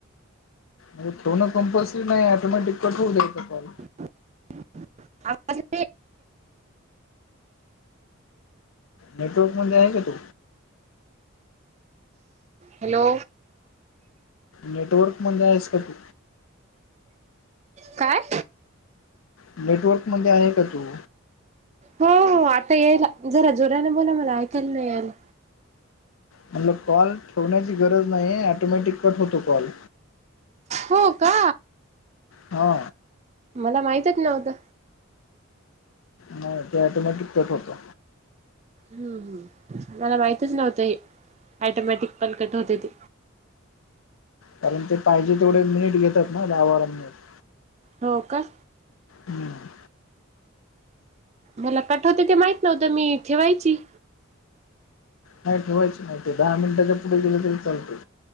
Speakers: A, on the left (about 75°); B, on the right (about 30°).
A: ठेवणं कंपल्सरी नाही आहे. ऑटोमॅटिक कट होवू दयायचा कॉल.
B: अप्पाचे
A: नेटवर्कमध्ये आहे का तू?
B: हॅलो,
A: नेटवर्क मध्ये आहेस का तू?
B: <unintelligible> काय?
A: नेटवर्क मध्ये आहे का तू?
B: हो हो आता यायला. जरा जोऱ्याने बोला मला ऐकायला नाही आलं.
A: म्हणलं कॉल ठेवण्याची गरज नाही. ऑटोमॅटिक कट होतो कॉल.
B: हो का.
A: हा,
B: मला माहितच नव्हतं.
A: नाही ते ऑटोमॅटिक कट होत.
B: हम्म हम, मला माहितच नव्हतं हे ऑटोमॅटिक कल कट होते ते.
A: कारण ते पाहिजे तेवढे मिनिट भेटत नाही दहा बारा मिनिट
B: हो का.
A: हम्म,
B: मला कट होते ते माहित नव्हतं. मी ठेवायची.
A: नाही ठेवायचे नाही ते. दहा मिनिटाच्या पुढे गेलं तरी चालते.